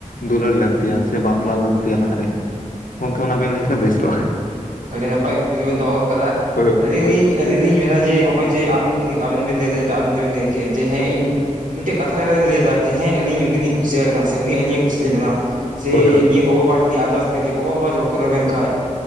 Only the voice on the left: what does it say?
ᱫᱩᱞᱦᱟᱹᱲ ᱞᱟᱜᱛᱤᱭᱟ ᱥᱮ ᱵᱟᱯᱞᱟ ᱞᱟᱜᱛᱤ ᱞᱟᱦᱟᱨᱮ, ᱜᱚᱢᱠᱮ ᱚᱱᱟ ᱵᱮᱤᱱ ᱞᱟᱹᱭ ᱞᱮᱠᱷᱟᱱᱡ ᱵᱮᱥ ᱠᱚᱜᱼᱟ?
ᱦᱳᱭ
ᱦᱳᱭ
ᱦᱳᱭ ᱦᱳᱭ